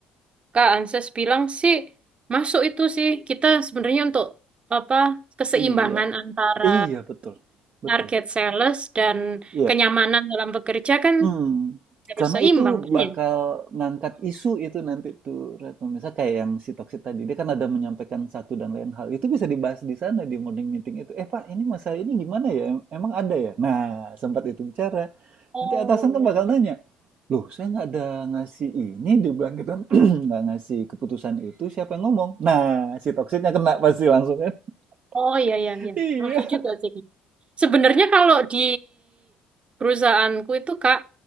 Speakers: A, on the right; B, on the right.
A: Kak Anses bilang sih masuk itu sih kita sebenarnya untuk apa keseimbangan
B: Iya.
A: antara
B: Iya, betul. Betul.
A: target sales dan
B: Iya.
A: kenyamanan dalam bekerja kan
B: Hmm,
A: harus
B: karena
A: seimbang
B: itu
A: kan
B: bakal
A: ya?
B: ngangkat isu itu nanti tuh Retno. Misalnya kayak yang si Toksik tadi, dia kan ada menyampaikan satu dan lain hal. Itu bisa dibahas di sana di morning meeting itu. Eh Pak, ini masalah ini gimana ya? Em- Emang ada ya? Nah, sempat itu bicara.
A: Oh,
B: Nanti atasan
A: iya.
B: kan bakal
A: iya.
B: nanya, loh saya nggak ada ngasih ini, dia bilang gitu kan, <clears throat> nggak ngasih keputusan itu, siapa yang ngomong? Nah, si Toksiknya kena pasti langsung kan.
A: Oh iya
B: <laughs>
A: iya iya.
B: Iya.
A: Masuk juga sih. Sebenarnya kalau di perusahaanku itu Kak,